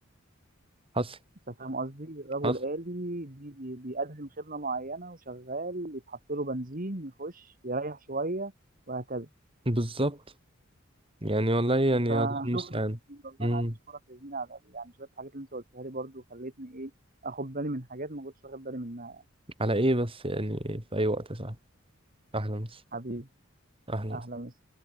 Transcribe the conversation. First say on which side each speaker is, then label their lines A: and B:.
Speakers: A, on the right (about 25°); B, on the right (about 45°).
A: حصل
B: انت فاهم قصدي الرجل
A: حصل
B: الآلي اللي بي- بيقدم خدمة معينة وشغال يتحط له بنزين يخش يريح شوية وهكذا
A: بالظبط يعني والله يعني
B: فشكرا
A: الله المستعان
B: جزيلا والله
A: مم.
B: انا عايز اشكرك يا زميلي على يعني شويه الحاجات اللي انت قلتها لي برضو خلتني ايه اخد بالي من حاجات ما كنتش واخد بالي منها يعني.
A: على ايه بس يعني في اي وقت يا صاحبي اهلا بس
B: حبيبي
A: اهلا
B: اهلا وسهلا